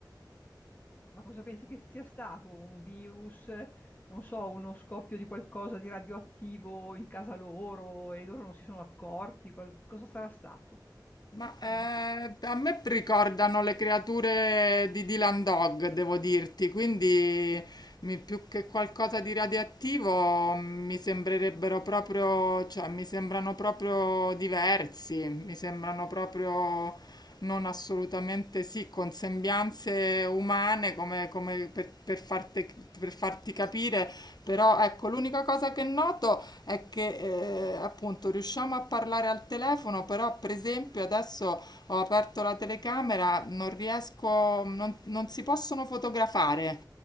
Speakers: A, on the left; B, on the left.
A: Ma cosa pensi che sia stato? Un virus, non so, uno scoppio di qualcosa di radioattivo in casa loro e loro non si sono accorti? Qual- cosa sarà stato?
B: Ma eh,
A: Non lo so.
B: a me ricordano le creature di Dylan Dog, devo dirti, quindi mi- più che qualcosa di radioattivo mi sembrerebbero proprio, cioè mi sembrano proprio diversi, mi sembrano proprio non assolutamente sì, con sembianze umane come, come per, per farti, per farti capire, però ecco, l'unica cosa che noto è che eh, appunto riusciamo a parlare al telefono, però per esempio adesso ho aperto la telecamera, non riesco, non non si possono fotografare.